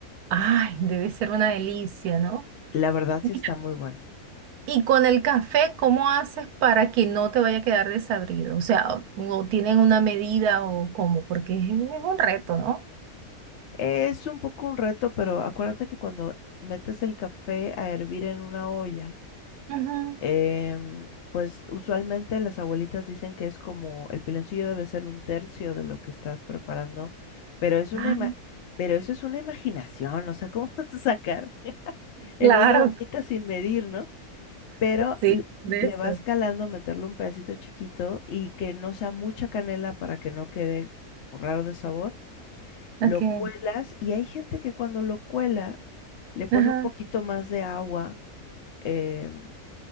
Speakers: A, on the right (about 80°); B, on the left (about 60°).
A: Ay, debe ser una delicia, ¿no?
B: La verdad
A: Mira,
B: sí está muy bueno.
A: Y con el café, ¿cómo haces para que no te vaya a quedar desabrido? O sea, o, o tienen una medida o cómo, porque es un reto, ¿no?
B: Es un poco un reto, pero acuérdate que cuando metes el café a hervir en una olla,
A: Ujú.
B: em, pues usualmente las abuelitas dicen que es como el piloncillo debe ser un tercio de lo que estás preparando, pero es una
A: Ah,
B: ima- pero eso es una imaginación, o sea, ¿cómo vas a sacar en
A: claro,
B: una ollita sin medir, ¿no? pero
A: sí,
B: l-
A: de
B: le
A: eso.
B: vas calando, meterle un pedacito chiquito y que no sea mucha canela para que no quede como raro de sabor. Lo
A: Ok.
B: cuelas y hay gente que cuando lo cuela le pone
A: Ajá.
B: un poquito más de agua em,